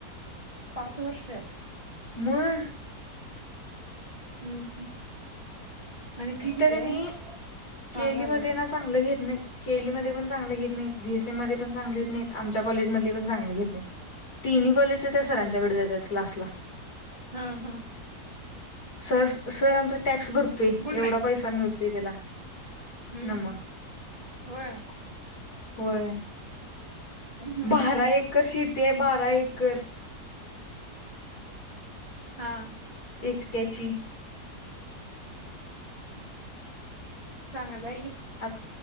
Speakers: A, on the right; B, on the left.
A: पाच वर्षे
B: म
A: हम्म हम्म आणि फी
B: इ
A: किती
B: क
A: आहे हा
B: केली
A: घालय
B: म ना चांगलं घेत नाही केलीमध्ये पण चगले घेत नाहीत बीएसएम मध्ये पण चांगले घेत नाहीत आमच्या कॉज ममध्ये पण चांगले घेत नाहीत तिन्ही कॉलेज त्या सरांच्याकडे जातात क्लासला
A: हम् हम्
B: सर सर आमचा टॅक्स भरतोय
A: गुड
B: एवढा
A: नाईट
B: पैसा मिळतोय त्याला
A: हम्म
B: नम
A: हम् होय
B: होय
A: हम्म हम्म
B: बारा एकर शीते आहे बारा एकर
A: हा
B: एकट्याची
A: चांगला
B: आ